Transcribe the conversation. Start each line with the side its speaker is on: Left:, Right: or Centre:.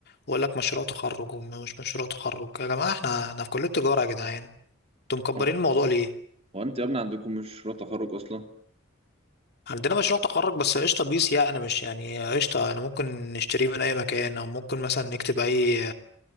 Left: واقول لك مشروع تخرج ومش مشروع تخرج يا جماعة احنا انا في كلية تجارة يا جدعان انتوا مكبرين
Right: اه
Left: الموضوع ليه
Right: هو أنت يا ابني عندكم مشروع تخرج أصلا؟
Left: عندنا مشروع تخرج بس قشطة بيس يعني مش يعني قشطة أنا ممكن نشتريه من أي مكان أو ممكن مثلا نكتب أي